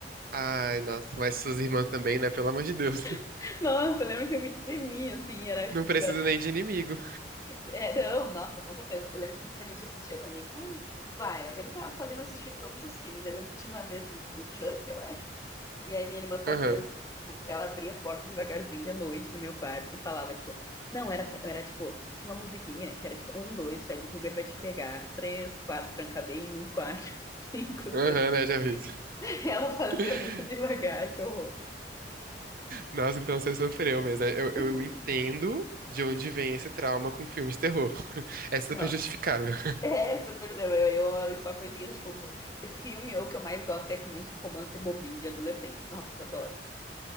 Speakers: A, on the right (about 55°); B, on the left (about 20°).
A: Ai, nossa, mas suas irmãs também, né? Pelo amor de Deus. <laughs>
B: <laughs> nossa, eu lembro que eu me tremia, assim, era,
A: Não
B: tipo,
A: preciso nem de inimigo.
B: É, não, nossa, com certeza. Eu lembro que tipo, a gente assistia também. Mas, tipo, ah, eu lembro que elas faziam assistir todos os filmes. Eu lembro que tinha uma vez do, do Chuck, eu acho. E aí minha irmã fazia
A: Aham,
B: assim, tipo, ela abria a porta devagarzinho da noite no meu quarto e falava, tipo, não, era, era tipo, tinha uma musiquinha que era tipo, um, dois, Fred Krueger vai te pegar. Três, quatro, tranca bem, um, quatro, <laughs> cinco,
A: aham,
B: seis.
A: né? Já vi isso.
B: Ela fazia
A: <laughs>
B: muito devagar, que horror.
A: Nossa, então você sofreu mesmo. né? Eu,
B: Uhum.
A: eu entendo de onde vem esse trauma com filme de terror. É super
B: Não,
A: justificável.
B: É, super. Eu, eu eu olho só coisinhas tipo. Filme, o que eu mais gosto é filme tipo romance bobinho de adolescente. Nossa, adoro.